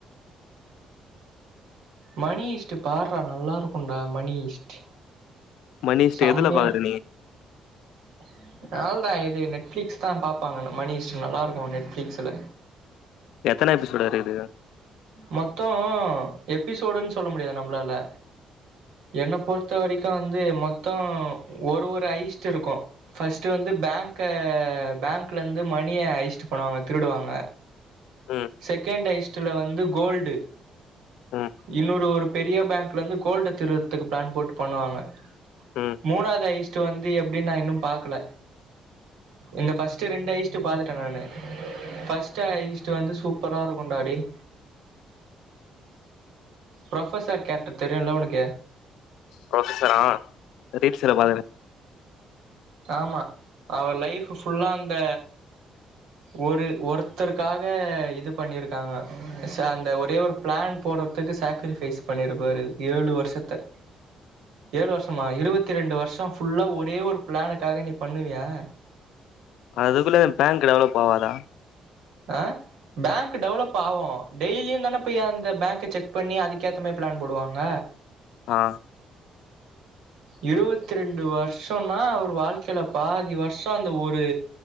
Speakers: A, on the right (about 85°); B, on the left (about 80°).
A: மணி ஈஸ்ட்டு பார்றா நல்லாருக்கும்டா மணி ஈஸ்ட்
B: மணிஷ்ட
A: செம்மையா
B: எதுல பாக்கரா நீ
A: <unintelligible> இது நெட்ஃபிளிக்ஸ் தா பாப்பாங்கன்ன மணி ஈஸ்ட் நல்லா இருக்கு நெட்ஃபிளிக்ஸ்ல
B: எத்தன எபிசோட் இருக்குது
A: மொத்தோ எபிசோடுன்னு சொல்ல முடியாது நம்மளால என்ன பொறுத்த வரைக்கு வந்து மொத்தோ ஒரு ஒரு ஐஸ்ட்டு இருக்கு ஃபர்ஸ்ட்டு வந்து பேங்க பேங்க்லேருந்து மணிய அய்ச்ச்டு பண்ணுவாங்க திருடுவாங்க
B: ம்
A: செகண்ட் ஐஸ்டுல வந்து கோல்டு
B: ம்
A: இன்னொரு ஒரு பெரிய போங்க்ல இருந்து கோல்டுடா திருடரத்துக்கு பிளான் போட்டு பண்ணுவாங்க
B: ம்
A: மூணாவது ஐஸ்ட்டு வந்து எப்டின்னு நா இன்னு பாக்கல இந்த ஃபஸ்ட்டு ரெண்டு ஐஸ்டூ பாத்துட்டே நானு ஃபஸ்ட்டு ஐஸ்டு வந்து சூப்பரா இருக்குன்டா டேய் ப்ரொபசர் கேரக்டர் தெரியுல உனக்கு
B: ப்ரொஃபசார ரீட் செலவு வர்றாரு
A: ஆமா அவர் லைஃபு ஃபுல்லா அந்த ஒரு ஒருத்தருக்காக இதுப் பண்ணியிருக்காங்க சா அந்த ஒரே ஒரு பிளான் போடுறதுக்கு சாக்ரிஃபைஸ் பண்ணிருப்பாரு ஏழு வருஷத்தா ஏழு வருஷமா இருவத்தி ரெண்டு வருஷம் புஃல்லா ஒரே ஒரு பிளானுக்காக நீ பண்ணுவியா
B: அதுக்குள்ள போங்க் டெவலப் ஆவாதா
A: ஆ பேங்க் டெவலப் ஆகு டெய்லியு தானே பையா அந்த பேக்க செக் பண்ணி அதுக்கேத்த மாரி பிளான் போடுவாங்க
B: ஆ
A: இருவத்திரெண்டு வருஷன்னா அவரு வாழ்க்கையில பாதி வருஷ்சோ அந்த ஒரு